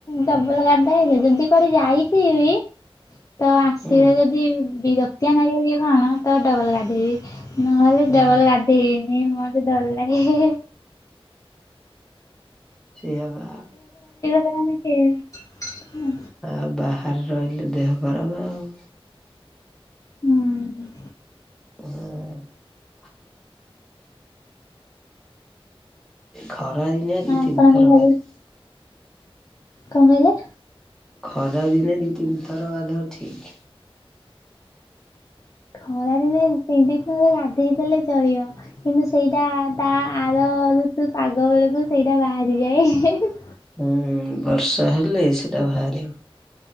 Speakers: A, on the left; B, in the centre.
A: ଡବଲ ଗାଧାଏ ଯେ ଯଦି କୁଆଡେ ଯାଇଥିବି ତ ଆସିବେ
B: ହୁଁ
A: ଯଦି ବିରକ୍ତିଆ ନାଗିବ କି କଣ ତ ଡବଲ ଗାଧେଇବି। ନହେଲେ ଡବଲ
B: ହୁଁ
A: ଗାଧେଇବିନି ମଁତେ ଡର ଲାଗେ ହେ ହେ ହେ।
B: ସେଇଆପରା
A: କଣ କି ଉଁ
B: ଆଉ ବାହାରେ ରହିଲେ ଦେହ ଖରାପେ ଆଉ
A: ହୁଁ
B: ହୁଁ ଖରା ଦିନିଆ ଦି
A: ଆପଣଙ୍କ
B: ତିନିଥର
A: ଘରେ
B: ଗାଧା
A: କଣ କହିଲ?
B: ଖରା ଦିନେ ଦି ତିନିଥର ଗାଧୁଆ ଠିକ
A: ଖରା ଦିନେ ଦି ତିନି ଦିନି ଗାଧେଇ ଦେଲେ ଚଳିବ। କିନ୍ତୁ ସେଇଟା ତା ଆର ଋତୁ ପାଗ ବେଳକୁ ସେଇଟା ବାହାରିଯାଏ ହେ ହେ ହେ।
B: ହୁଁ ବର୍ଷା ହେଲେ ସେଟା ବାହାରିିବ।